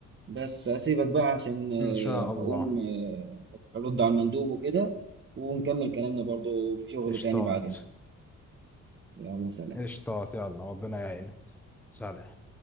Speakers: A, on the right; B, in the centre.
A: بس اسيبك بقى عشان آه،
B: ان شاء
A: هقوم
B: الله
A: آه، ارد على المندوب وكده ونكمل كلامنا برضو في شغل
B: اشطات
A: تاني بعدين يلا سلام
B: اشطات يلا ربنا يعينك سلام